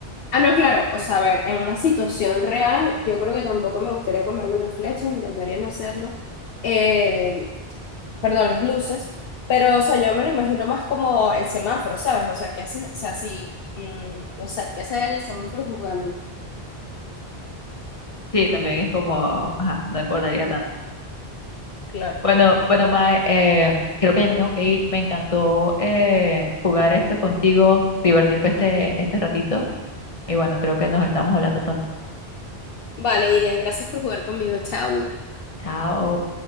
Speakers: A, on the left; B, on the left.
A: Ah, no, claro. O sea, a ver, en una situación real, yo creo que tampoco me gustaría comerme las flechas, intentaría no hacerlo. Eh, perdón, las luces. Pero, o sea, yo me lo imagino más como el semáforo, ¿sabes? O sea, ¿qué hace? O sea, si, mm, no sé, ¿qué hace el semáforo jugando?
B: Sí, también es como, ajá, no importaría tanto.
A: Claro.
B: Bueno, bueno, Mae, eh, creo que ya me tengo que ir. Me encantó eh, jugar esto contigo, divertirme este, este ratito. Y bueno, creo que nos estamos hablando pronto.
A: Vale, Irian, gracias por jugar conmigo. Chao.
B: Chao.